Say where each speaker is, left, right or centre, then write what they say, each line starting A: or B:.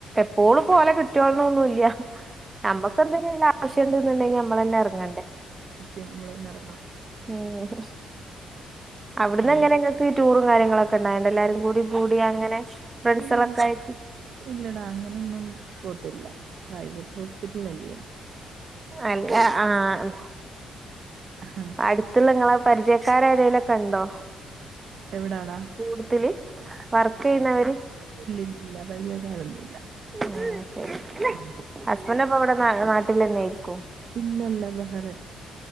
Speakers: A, on the right; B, on the right.
A: എപ്പോഴും ഇപ്പൊ ഓലെ കിട്ട്യോളണന്നൊന്നുമില്ല- നമുക്ക് എന്തെങ്കിലും ആവശ്യണ്ട്ന്ന്ണ്ടെങ്കി നമ്മളന്നെ എറങ്ങേണ്ടേ-
B: സത്യം നമ്മള് തന്നെ എറങ്ങണം-
A: ഓഹ് - അവിടന്ന്
B: എൻ-
A: എങ്ങനെങ്ങക്ക് ടൂറും കാര്യങ്ങളൊക്കെ ഉണ്ടായിണ്ട എല്ലാരും കൂടി അങ്ങനെ- ഫ്രൻസലൊക്കെ
B: ഇല്ല
A: ആയിട്ട്-
B: ഇല്ലടാ അങ്ങനൊന്നും പോത്തില്ല പ്രൈവറ്റ് ഹോസ്പിറ്റലല്ലേ
A: അല്ല ആഹ് -
B: ആഹ് -
A: അടുത്തുള്ള നിങ്ങളെ പരിചയക്കാരാരേലും ക്കെ ഒണ്ടോ?
B: എവിടാടാ?
A: കൂടുതല് വർക്ക് ചെയ്യുന്നവര്-
B: ഇല്ലില്ലില്ല പരിചയക്കാരൊന്നും ഇല്ല-
A: ഉം ശരി
B: ഉം.
A: ഹസ്ബൻറ് അപ്പൊ ഇവിടെ നാട്ടിൽ തന്നെ ആയിരിക്കും-
B: ഇല്ലല്ല ബഹ്റിൻ